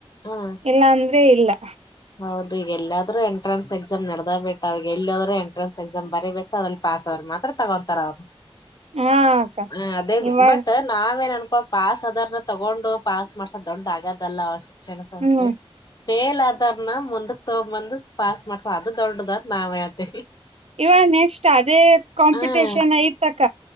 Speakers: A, on the left (about 40°); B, on the right (about 85°).
A: ಹಾ
B: ಇಲ್ಲ ಅಂದ್ರ ೇ ಇಲ್ಲ <unintelligible>
A: ಹೌದು ಈಗ ಎಲ್ಲೋದರು ಎಂಟ್ರೆನ್ಸ್ ಎಕ್ಸಾಮ್ ನಡದ ಬಿಟ್ಟ ಅವ ಎಲ್ಲದ್ರು ಎಂಟ್ರೆನ್ಸ್ ಎಕ್ಸಾಮ್ ಬರಿಬೇಕು ಅದ್ರ ಪಾಸ್ ಆದ್ರ್ ಮಾತ್ರ ತಗೊಂತತಾರ ಅವ್
B: ಹಾ ಅಕ್ಕ
A: ಹ ಅದೇ
B: ಇವಾಗ
A: ಬಟ್ ನಾವೇನ್ನ್ ಪಾಸ್ ಅದಾರ್ನ್ನ ತಗೊಂಡು ಪಾಸ್ ಮಾಡ್ಸೋ ದೊಡ್ ಅಗದ ಅವಷ ಜಲ ಸಂಸೆ
B: ಹ್ಮ್
A: ಫೇಲ್ ಅದ್ ರ್ನ ಮುಂದಕ್ ತಗ ಬಂದ್ ಪಾಸ್ ಮಾಡ್ಸೋ ಅದು ದೊಡ್ಡದರ್ ನಾವ್ ಹೇಳ್ತಿವಿ
B: ಇವ ನೆಕ್ಸ್ಟ್ ಅದೇ ಕಾಂಪಿಟೇಷನ್
A: ಹ್ಮ
B: ಐತಕ್ಕ